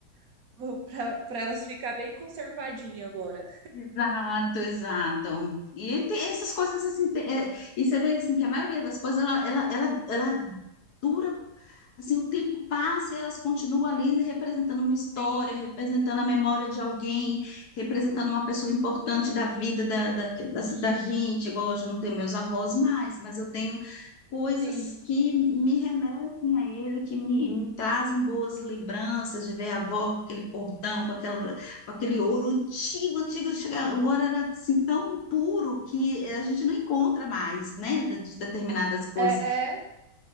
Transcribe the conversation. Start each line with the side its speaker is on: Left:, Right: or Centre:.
Right: <laughs> Vou Pra, pra elas ficar bem conservadinha agora.
Left: Exato, exato. E tem essas coisas assim, tem- é, e você vê assim, que a maioria das coisas ela, ela, ela, ela dura, assim, o tempo passa e elas continuam ali representando uma história,
Right: Sim,
Left: representando a memória de alguém, representando uma pessoa importante da vida da, da, da, da gente. Igual hoje eu não tenho meus avós mais, mas eu tenho coisas
Right: sim.
Left: que me remetem a ele, que me, me trazem boas lembranças de ver a avó com aquele cortão com aquela aquele ouro antigo, antigo, chega- agora era assim, tão puro que eh, a gente não encontra mais, né, de de determinadas coisas.
Right: É,